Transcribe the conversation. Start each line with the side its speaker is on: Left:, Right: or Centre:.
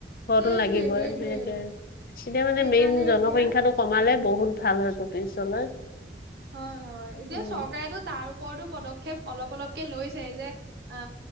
Left: ঘৰটো
Right: সেইটোৱে
Left: লাগিবই।
Right: সেইটোৱে
Left: <unintelligible> এতিয়া মানে
Right: সেইকাৰণে
Left: মেইন জনসংখ্যাটো
Right: এতিয়া
Left: কমালে বহুত ভাল হ'ব পিছলৈ।
Right: হয় হয় এতিয়া
Left: উম,
Right: চৰকাৰেতো তাৰ ওপৰতো পদক্ষেপ অলপ অলপকে লৈছে যে। অ